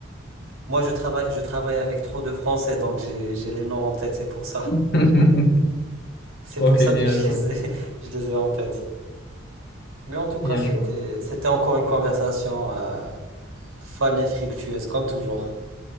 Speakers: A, on the right; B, on the left.
A: Moi je travaille, je travaille avec trop de Français, donc j'ai, j'ai les noms en tête, c'est pour ça.
B: <laughs>
A: C'est
B: Ok,
A: pour ça que
B: bien
A: je les
B: joué,
A: ai, <laughs> je les ai en tête. Mais en tout cas,
B: bien
A: c'était
B: joué.
A: c'était encore une conversation euh, fun et fructueuse, comme toujours.